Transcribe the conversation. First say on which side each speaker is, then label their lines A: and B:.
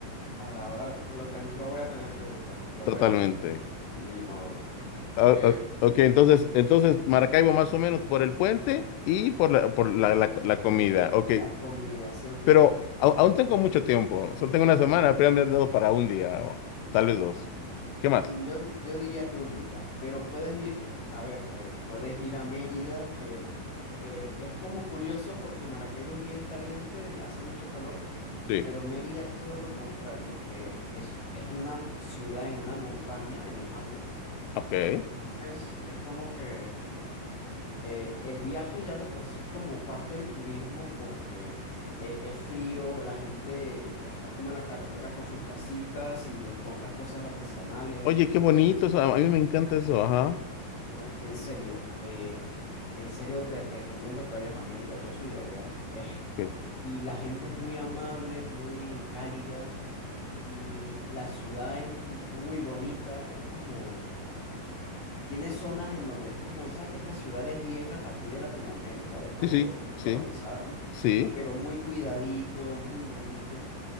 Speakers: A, on the left (about 45°); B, on the left (about 80°).
A: Ah, Ahora lo, ten- lo voy a tener que buscar, lo
B: totalmente.
A: voy a tener que buscar. Ni modo.
B: Ah,
A: Eh,
B: ah, ok, entonces, entonces Maracaibo más o menos por el puente y por la, por la, la- la comida. Ok,
A: la comida, sí, aunque
B: pero
A: te,
B: au- aún tengo mucho tiempo. Solo tengo una semana, apenas me has dado para un día o tal vez dos. ¿Qué más?
A: Mm, Yo, di- yo diría que un día, pero puedes ir, a ver, eh, puedes ir a Mérida, que eh, es como curioso porque Maracaibo es bien caliente, hace mucho calor,
B: Sí.
A: pero Mérida es todo lo contrario, eh, es, es una ciudad en una montaña, en los Andes,
B: Ok.
A: entonces es como que eh, el viaje ya de por sí es como parte del turismo porque eh, es frío, la gente está como en la carretera con sus casitas y les compras cosas artesanales.
B: Oye, qué bonito
A: eh,
B: eso. A a mí me encanta eso. Ajá.
A: No, en serio, eh, en serio te recomiendo que vayas a Mérida, yo soy de allá, <laughs> eh,
B: ok,
A: y la gente es muy amable, es muy cálida, y la ciudad es mu- muy bonita, es como, tiene zonas en donde es como esa- estas ciudades viejas aquí de Latinoamérica, de cuando
B: Sí, sí, sí,
A: colonizaron,
B: sí.
A: pero muy cuidadito, muy bonito,